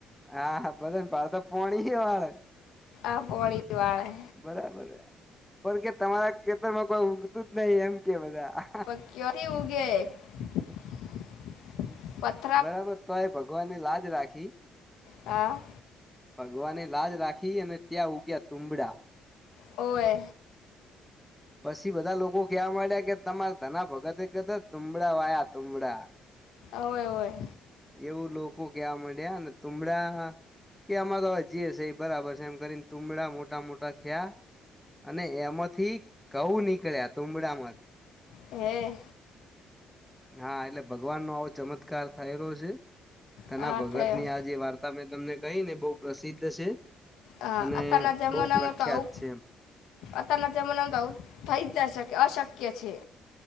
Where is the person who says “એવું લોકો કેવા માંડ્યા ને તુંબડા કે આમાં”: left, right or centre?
Centre